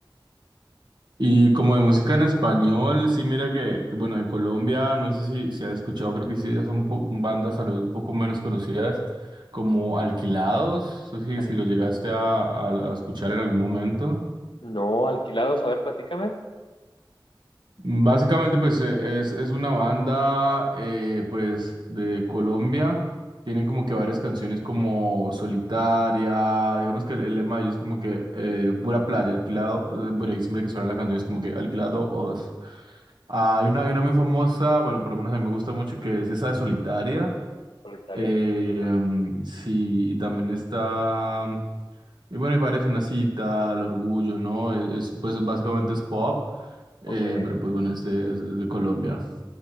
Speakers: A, on the right; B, on the left.
A: Y como de música en español, sí, mira que, que, bueno, en Colombia, no sé si, si has escuchado, creo que sí, ya son po- bandas tal vez un poco menos conocidas, como Alquilados, no sé si,
B: Al-
A: si lo llegaste a, a a escuchar en algún momento.
B: no, alquilados, a ver, platícame.
A: Básicamente, pues eh, es, es una banda eh, pues de Colombia. Tienen como que varias canciones como Solitaria. Digamos que el, el lema de ellos es como que eh, pura playa, alquilado. eh, Bueno, y siempre que suena la canción es como que alquilado os. Ah, hay una, hay una muy famosa, bueno, por lo menos a mí me gusta mucho, que es esa de Solitaria.
B: Solitaria.
A: Eh,
B: Ajá.
A: mm, sí, y también está, y bueno, hay varias, una cita, el orgullo, ¿no? Es, es, pues básicamente es pop, eh,
B: Ok,
A: pero pues bueno, este es, es de Colombia.